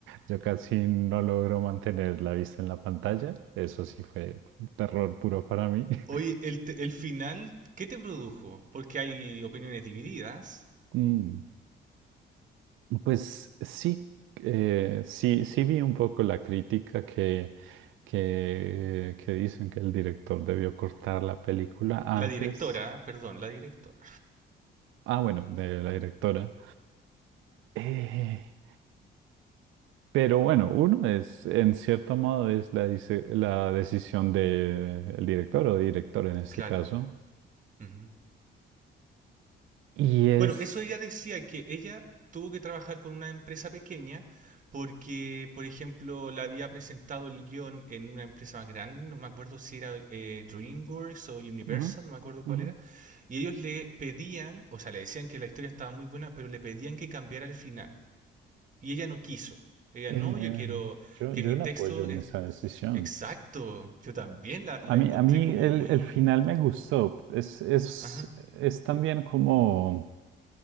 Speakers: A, on the right (about 80°); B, on the right (about 40°).
A: yo casi no logro mantener la vista en la pantalla. Eso sí fue terror puro para mí. <laughs>
B: Oye, el, te- el final, ¿qué te produjo? Porque hay opiniones divididas.
A: Mm, Pues sí, eh, sí, sí vi un poco la crítica que, que, que dicen que el director debió cortar la película antes.
B: La directora, perdón, la directora.
A: Ah, bueno, de la directora. Eh, Pero bueno, uno es, en cierto modo, es la, dice- la decisión del director o director en este
B: Claro.
A: caso.
B: Ujú.
A: Y es,
B: Bueno, eso ella decía que ella tuvo que trabajar con una empresa pequeña porque, por ejemplo, la había presentado el guión en una empresa más grande, no me acuerdo si era eh, DreamWorks o Universal,
A: Ujú,
B: no me acuerdo cuál
A: ujú.
B: era, y ellos le pedían, o sea, le decían que la historia estaba muy buena, pero le pedían que cambiara el final. Y ella no quiso. Ella,
A: eh,
B: no, yo quiero
A: yo,
B: que
A: yo
B: mi texto
A: la apoyo en
B: es
A: esa decisión.
B: exacto. Yo también la, la
A: A mí,
B: encontré
A: a mí
B: como
A: el,
B: muy...
A: el final me gustó. Es, es,
B: Ajá.
A: es también como...